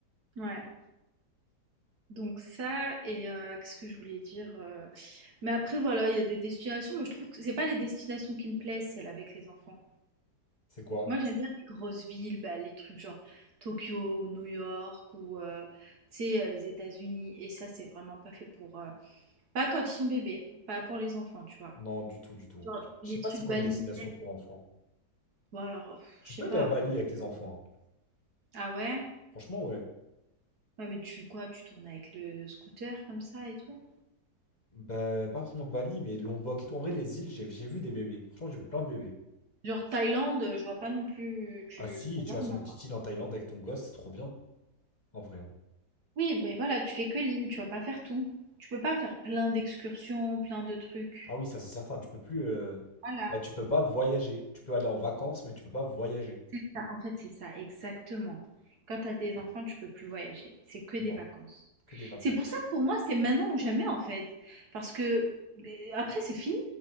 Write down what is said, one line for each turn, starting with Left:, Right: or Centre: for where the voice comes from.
Right: Ouais. Donc ça, et euh, qu'est-ce que je voulais dire euh, Mais après, voilà, il y a des destinations, mais je trouve que c'est pas les destinations qui me plaisent, celles avec les enfants.
Left: C'est quoi?
Right: Moi, j'aime bien les grosses villes, bah, les trucs genre Tokyo ou New York ou, euh, tu sais, euh, les États-Unis. Et ça, c'est vraiment pas fait pour... euh, pas quand ils sont bébés, pas pour les enfants, tu vois.
Left: Non, du tout, du tout.
Right: Genre,
Left: Je
Right: les
Left: sais pas
Right: trucs
Left: c'est quoi
Right: balnéaires.
Left: une destination pour enfants.
Right: Bon, alors, pff,
Left: Tu
Right: je
Left: peux
Right: sais pas
Left: aller à
Right: après.
Left: Bali avec tes enfants. hein.
Right: Ah ouais?
Left: Franchement, ouais.
Right: Ouais, mais tu quoi? Tu tournes avec le scooter comme ça et tout?
Left: Ben pas forcément Bali, mais Lombok et tout. En vrai, les îles, j'ai j'ai vu des bébés. Franchement, j'ai vu plein de bébés.
Right: Genre Thaïlande, je vois pas non plus. Tu,
Left: Ah si,
Right: pour
Left: tu
Right: moi,
Left: vas
Right: non.
Left: sur une petite île en Thaïlande avec ton gosse, c'est trop bien, en vrai. hein.
Right: Oui, mais voilà, tu fais que l'île, tu vas pas faire tout. Tu peux pas faire plein d'excursions, plein de trucs.
Left: Ah oui, ça c'est certain. Tu peux plus, euh,
Right: Voilà.
Left: bah tu peux pas voyager. Tu peux aller en vacances, mais tu peux pas voyager.
Right: C'est ça, en fait, c'est ça, exactement. Quand tu as des enfants, tu peux plus voyager. C'est que
Left: Non,
Right: des vacances.
Left: que des vacances.
Right: C'est pour ça que pour moi, c'est maintenant ou jamais, en fait. Parce que euh, après, c'est fini.